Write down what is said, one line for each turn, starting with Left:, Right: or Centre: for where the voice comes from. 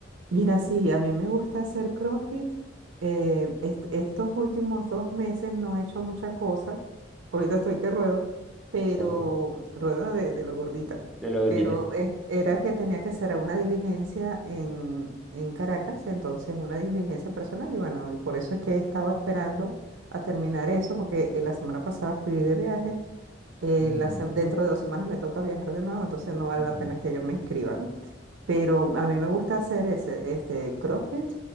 Right: Mira, sí, a mí me gusta hacer CrossFit. Eh, est- estos últimos dos meses no he hecho mucha cosa. Ahorita estoy que ruedo, pero
Centre: ¿O
Right: ruedo de, de lo gordita.
Centre: de lo que
Right: Pero
Centre: dices?
Right: eh, era que tenía que hacer una diligencia en, en Caracas, entonces una diligencia personal. Y bueno, y por eso es que he estado esperando a terminar eso, porque eh, la semana pasada fui de viaje. eh,
Centre: Ujú,
Right: la sem- dentro de dos semanas me toca viajar de nuevo, entonces no vale
Centre: ujú.
Right: la pena que yo me inscriba, ¿no? Pero a mí me gusta hacer ese, este CrossFit.